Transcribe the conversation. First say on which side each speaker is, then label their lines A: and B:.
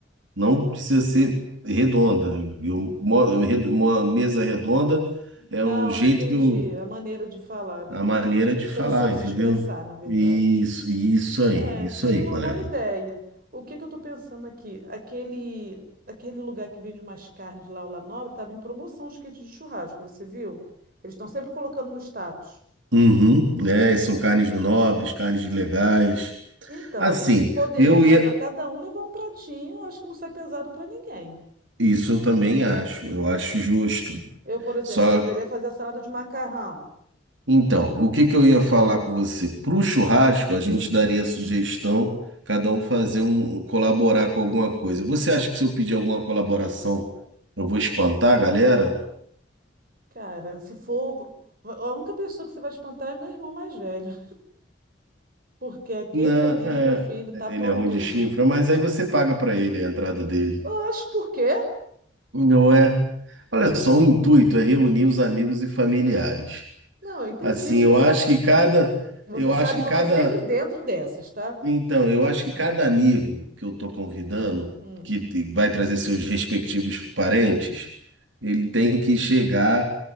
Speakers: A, on the right; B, on the right.
A: Não precisa ser redonda. Eu, mo- eu, re- uma mesa redonda é
B: Não,
A: o jeito
B: eu entendi
A: que eu
B: a maneira de falar, né?
A: a maneira de
B: Você
A: falar,
B: não soube
A: entendeu?
B: se expressar, na verdade.
A: Isso, isso aí,
B: É,
A: isso
B: seria
A: aí,
B: uma
A: colega.
B: boa ideia. O que que eu estou pensando aqui? Aquele, aquele lugar que vende umas carnes lá, o La Nobre, estava em promoção os kits de churrasco, você viu? Eles estão sempre colocando no status.
A: Uhum, né? São carnes nobres, carnes legais.
B: Então,
A: Assim,
B: a gente poderia
A: eu
B: falar
A: ia.
B: para cada um levar um pratinho, acho que não sai pesado para ninguém.
A: Isso eu também acho, eu acho justo.
B: Eu, por exemplo,
A: Só.
B: poderia fazer a salada de macarrão.
A: Então, o que que eu ia falar com você? Pro churrasco, a gente
B: Hum,
A: daria a sugestão, cada um fazer um, colaborar com alguma coisa. Você acha que se eu pedir alguma colaboração, eu vou espantar a galera?
B: cara, se for. A única pessoa que você vai espantar é meu irmão mais velho. Porque aquele
A: Não,
B: ali,
A: é,
B: meu filho, tá
A: ele
B: pão
A: é ruim
B: duro.
A: de chifra, mas aí você paga pra ele a entrada dele,
B: Oxe, por quê?
A: não é? Olha só, o intuito é reunir os amigos e familiares.
B: Não, eu entendi.
A: Assim,
B: Você
A: eu
B: sabe
A: acho
B: que
A: que
B: sempre.
A: cada,
B: Você
A: eu
B: sabe
A: acho que
B: que
A: cada,
B: eu tô sempre dentro dessas, tá?
A: então, eu acho que
B: Hum,
A: cada amigo que eu tô convidando,
B: hum.
A: que te- vai trazer seus respectivos parentes, ele tem que chegar